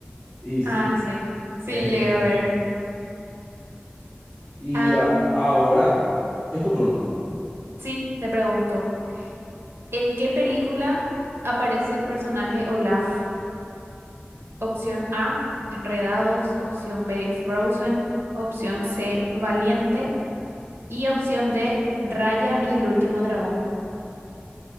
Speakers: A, on the right; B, on the right.
A: Y sí,
B: Ah, sí, sí,
A: eh,
B: llegué a
A: eh,
B: ver.
A: y
B: Am,
A: a- ahora es tu turno.
B: sí, te pregunto. ¿En qué película aparece el personaje Olaf? Opción A, Enredados, opción B, Frozen, opción C, Valiente y opción D, Raya y el último dragón.